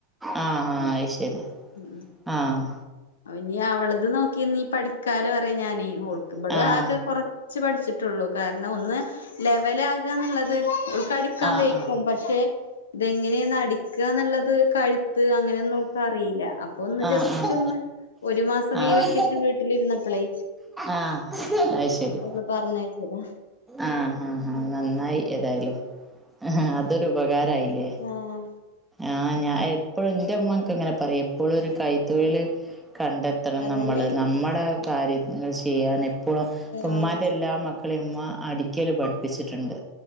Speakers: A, in the centre; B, on the left.
A: ആഹ് ആഹ് അത് ശെരി
B: ഉം
A: ആഹ്
B: ഇനി അവളത് നോക്കിനി പഠിക്കാലോ പറയാ ഞാന് ഓൾക്
A: ശരി
B: വടെ
A: ആഹ് ആഹ് ആഹ്
B: ആകെ കൊറ ച്ച് പഠിച്ചിട്ടുള്ളു കാരണം ഒന്ന് ലെവലാകാന്ന്ള്ളത് ഓൾ പഠിക്കാൻ
A: ആഹ്
B: വെയ്ക്കും ക്ഷെ ഇതെങ്ങെനേന്നടിക്കാന്ന്ള്ളത് കഴുത്ത് അങ്ങനൊന്നോൾക്കറീല്ല അപ്പൊന്ന്
A: ആഹ്
B: ജസ്റ്റൊന്ന്
A: ആഹ്
B: ഒരു മാസം
A: ആഹ്
B: ഈ വെക്കേഷന് വീട്ടിലിരുന്നപ്ലെ
A: ആഹ് അത് ശെരി
B: പ്പ പർഞ്ഞയച്ചതാ
A: ആഹ് ഹ ഹ നന്നായി ഏതായാലും ഹ് അതൊരുപകാരയില്ലെ
B: ആഹ്
A: ആഹ് ഞാൻ എപ്പഴും ൻ്റെ മ്മക്കെങ്ങനെ പറയും എപ്പഴും ഒരു കൈത്തൊഴില് കണ്ട ത്തണം
B: അതന്നെ
A: നമ്മള് നമ്മടെ കാര്യങ്ങൾ ചെയ്യാൻ എപ്പഴും പ്പൊ ഉമ്മാൻ്റെ
B: ആഹ്
A: എല്ലാ മക്ക ക്ക്ളെ ഉമ്മ അടിക്കല് പഠിപ്പിച്ചിട്ട്ണ്ട്